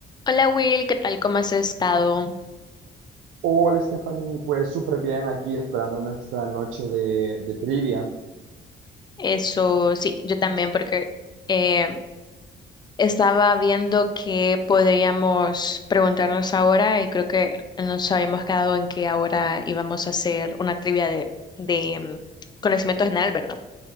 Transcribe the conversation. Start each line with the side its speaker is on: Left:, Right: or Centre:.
Left: Hola Will, ¿qué tal? ¿Cómo has estado?
Right: Hola Stephanie, pues súper bien aquí esperando nuestra noche de, de trivia.
Left: Eso, sí, yo también porque eh, estaba viendo qué podríamos preguntarnos ahora y creo que nos habíamos quedado en que ahora íbamos a hacer una trivia de, de mm, conocimiento general, ¿verdad?